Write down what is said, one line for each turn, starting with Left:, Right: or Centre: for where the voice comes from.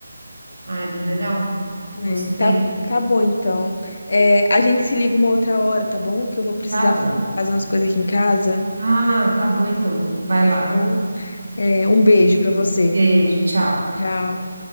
Right: Ah, é bem legal.
Left: É,
Right: Gostei.
Left: tá, tá bom, então. É, a gente se liga uma outra hora, tá bom? Que eu vou precisar
Right: Tá bom.
Left: fazer umas coisas aqui em casa,
Right: Ah, tá bom então. Vai lá.
Left: tá bom? É, um beijo pra você.
Right: Beijo, tchau.
Left: Tchau.